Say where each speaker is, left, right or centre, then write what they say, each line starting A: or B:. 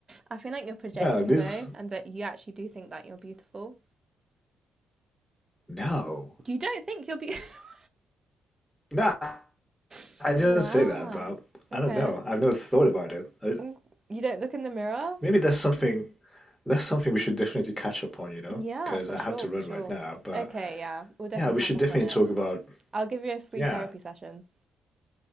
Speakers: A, on the right; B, in the centre.
A: I feel like you're projecting
B: no, this,
A: though, and that you actually do think that you're beautiful.
B: no,
A: You don't think you're beautiful.
B: no,
A: <laughs>
B: I didn't
A: wow.
B: say that, but
A: Okay.
B: I don't know. I've never thought about it. I,
A: Mm, You don't look in the mirror?
B: maybe that's something, that's something we should definitely catch up on, you know,
A: Yeah,
B: because
A: for
B: I
A: sure,
B: have to
A: for
B: run
A: sure.
B: right now. But
A: Okay, yeah, we'll definitely
B: yeah, we
A: catch
B: should
A: up
B: definitely
A: on it.
B: talk about,
A: I'll give you a free
B: yeah,
A: therapy session.